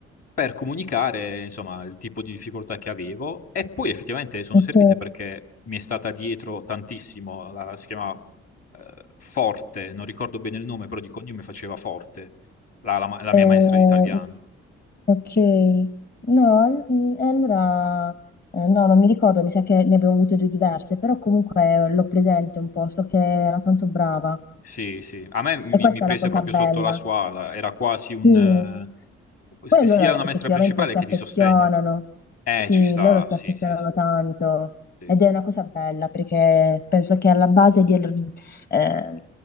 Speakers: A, on the left; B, on the left.
A: per comunicare, insomma, il tipo di difficoltà che avevo e poi effettivamente sono
B: Ok,
A: servite perché mi è stata dietro tantissimo, la, si chiamava eh, Forte, non ricordo bene il nome, però di cognome faceva Forte la, la ma- la
B: eh,
A: mia maestra di italiano.
B: Ok, no, al- mm, e allora eh, no, non mi ricordo, mi sa che ne abbiamo avute due diverse, però comunque l'ho presente un po', so che era tanto brava
A: Sì, sì. A me mi,
B: e questa
A: mi prese
B: è la cosa
A: proprio
B: bella.
A: sotto la sua ala. Era quasi
B: Sì,
A: un... eh,
B: poi
A: s- sia
B: loro
A: una
B: effettivamente
A: maestra principale
B: si
A: che
B: affezionano,
A: di sostegno. Eh,
B: sì,
A: ci sta.
B: loro si
A: Sì,
B: affezionano
A: sì, sì.
B: tanto
A: Sì,
B: ed è una cosa bella perché penso che alla base del, ehm,